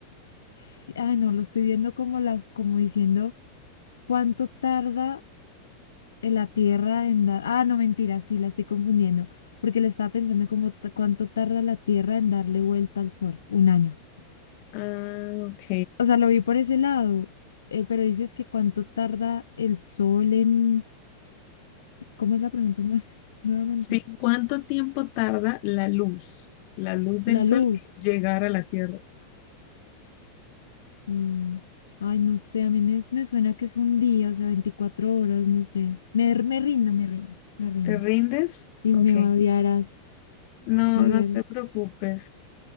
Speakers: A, on the left; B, on the left.
A: sí, ay, no, lo estoy viendo como la, como diciendo cuánto tarda en la Tierra en dar. Ah, no, mentira, sí, la estoy confundiendo, porque le estaba pensando como ta- cuánto tarda la Tierra en darle vuelta al Sol, un año.
B: Ah, ok.
A: O sea, lo vi por ese lado, eh, pero dices que cuánto tarda el Sol en, ¿cómo es la pregunta? <laughs> Nuevamente,
B: Sí, ¿cuánto tiempo tarda la luz, la luz del
A: la
B: sol
A: luz.
B: en llegar a la Tierra?
A: Mm, Ay, no sé, a mí me, me suena que es un día, o sea, 24 horas, no sé. Me, me rindo, me rindo, me rindo.
B: ¿Te rindes?
A: Y me
B: Ok.
A: odiarás,
B: No,
A: me odiarás.
B: no te preocupes,